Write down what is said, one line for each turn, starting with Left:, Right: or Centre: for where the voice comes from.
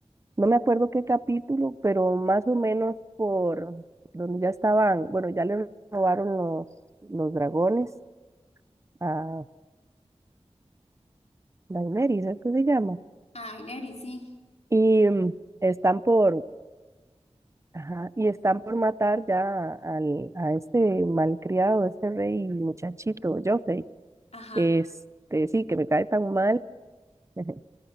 Right: no me acuerdo qué capítulo, pero más o menos por donde ya estaban, bueno, ya le robaron los, los dragones a Daenerys, ¿es que se llama?
Left: Ay, Neri, sí.
Right: Y mm, están por, ajá, y están por matar ya al, a este malcriado, este rey muchachito, Joffrey.
Left: Ajá,
Right: Este, sí, que me cae tan mal. <laughs>